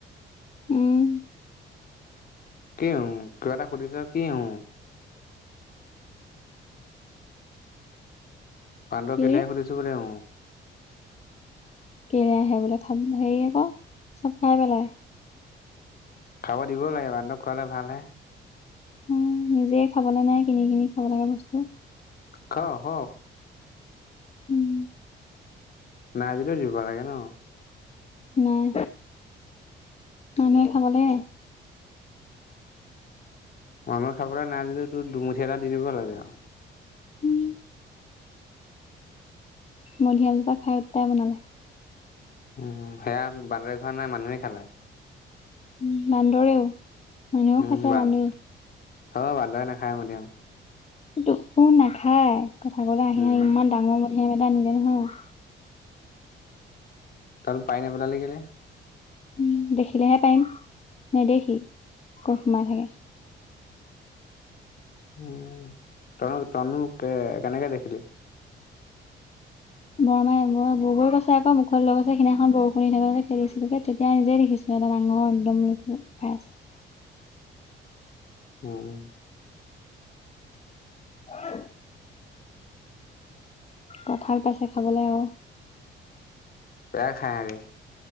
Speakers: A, on the left (about 30°); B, on the left (about 50°).
A: উম।
B: কি উ কিবা এটা সুধিছো কি উ? বান্দৰ
A: কি
B: কেলে আহে সুধিছো বোলে উ।
A: কেলে আহে বোলে খাম হেৰি আকৌ চব খাই পেলাই।
B: খাব দিবও লাগে বান্দক খোৱালে ভালহে।
A: উ নিজে খাবলে নাই কিনি কিনি খাব লাগে বস্তু।
B: খা হ
A: উম।
B: নাই যদিও দিব লাগে ন।
A: নাই মানুহে খাবলে
B: মানুহে খাবলে নাই যদি তোৰ দুমুঠি এটা দি দিব লাগে আও।
A: উম, মধুৰীয়াম জোপা খাই উতাই বনালে।
B: উম সেয়া বান্দৰ খোৱা নাই মানুহে খালে।
A: উম বান্দৰেও। মানুহেও
B: উম
A: খাইছে
B: বান
A: বান্দৰেও।
B: অ', বান্দেৰে নাখায় মধুৰিয়াম।
A: তোকো নাখায় কথা কলে আহি
B: উম
A: আহি ইমান ডাঙৰ মধুৰীয়াম এটা নিলে নহয়।
B: তহঁতে পায়ি নেপেলালি কেলে?
A: উম দেখিলেহে পাৰিম নেদেখি কত সোমাই থাকে।
B: উ তহঁত তহঁতেনো কে কেনেকে দেখিলি?
A: বৰমাই মই বগৰী এটা খাই এটাই মুখত লৈ গৈছে সেইদিনাখন বৰষুণ দি থকা দিনা খেদিছিলো তেতিয়া নিজে দেখিছো। এটা ডাঙৰ একদম বুলি খাই আছে।
B: উম।
A: হেইচ কঁঠাল পাইছে খাবলে আৰু।
B: বেয়া খায় আহেগে